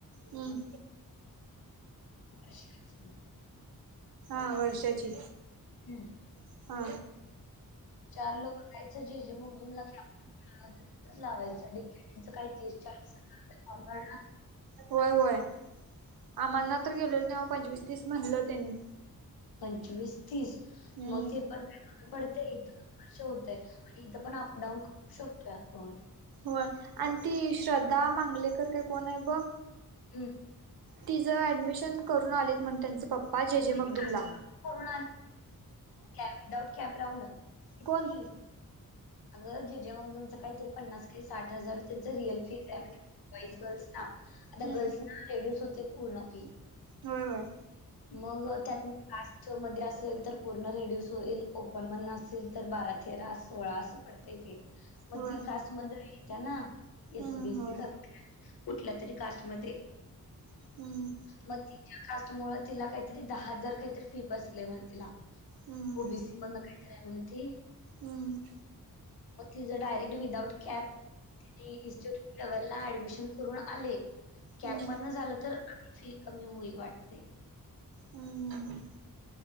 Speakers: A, on the right; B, on the left.
A: हम
B: कश्याच म
A: हा वर्षाची
B: हम्म
A: हा
B: चार लोक खायचं जे जे मग तुमला ख लावायचं ेटीच काही तीस चाळीस हजार रुपये कान भरणार
A: होय होय आम्हाना तर गेलेल तेव्हा पंचवीस तीस म्हणलं त्यांनी
B: पंचवीस तीस
A: हम्म
B: मग ते पण काय कमी पडते इथ दोन वर्ष होत आणि इथ पण अपडाऊन करू शकतोय आपण
A: होय आणि ती श्रद्धा मांगलेकर काय कोण आहे ब
B: हम
A: तिचं ऍडमिशन करून आलेत मण त्यांच पप्पा जे
B: हो,
A: जे मग तुमला
B: करून विदाउट कॅप राउंडसकी
A: कोण
B: अगं जेजे मग तुमचं काहीतरी पन्नास काही साठ हजार त्यांच रिअल फी आहे म्हणजे बॉईस गर्ल्स ना आता
A: हम्म
B: गर्ल्स ना रेड्युस होते पूर्ण फी
A: होय होय
B: मग त्यात मध्ये असेल तर पूर्ण रेडस होईल ओपन पण नसेल तर बारा तेरा सोळा असं पडतय ते मग
A: होय
B: ती कास् मद येत्या ना
A: हम्म
B: एसबीसी
A: हम्म होय
B: का कुठ कुठला तरी कास्ट मध्ये
A: हम्म
B: मग तिच्या कास्ट मु तिला काहीतरी दहा हजार काहीतरी फी बसले म तिला
A: हम्म हम्म
B: ओबीसी मधन काहीत आहे म्हण ते
A: हम
B: मग तिझं डायरेक्ट विदाउट कॅब तिने इन्स्टिट्यूट लेव्हलला ऍडमिशन करून आले कॅपमधन
A: हम्म हम्म
B: झालं तर आण्खी फी कमी होईल वाटते
A: हम्म हम्म